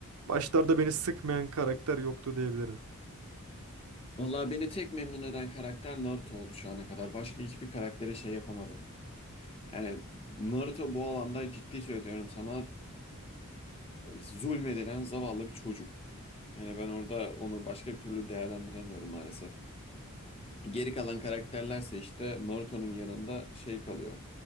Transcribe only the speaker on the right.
Başlarda beni sıkmayan karakter yoktu diyebilirim.